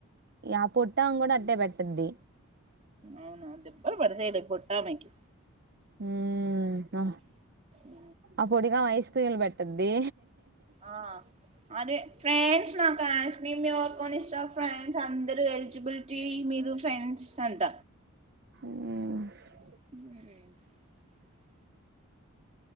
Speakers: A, on the right; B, on the right.
A: ఆ పుట్ట కూడా అట్టే పెట్టంది
B: అవునా అ దె ఎబ్బర పడుసలే పోట్టామెకు
A: హ
B: ఉ
A: అప్పుటిగా వైస్ తీలు పెట్టద్ది
B: ఆ అదే ఫ్రెండ్స్ నా కు అస్క్రిమ్ కోన్ ఇస్ర్ ఆఫ్ ఫ్రెండ్స్ అందరు ఎలిజిబిలిటీ మీరు ఫ్రెండ్స్ అంట
A: ఆ
B: అ <inaudible>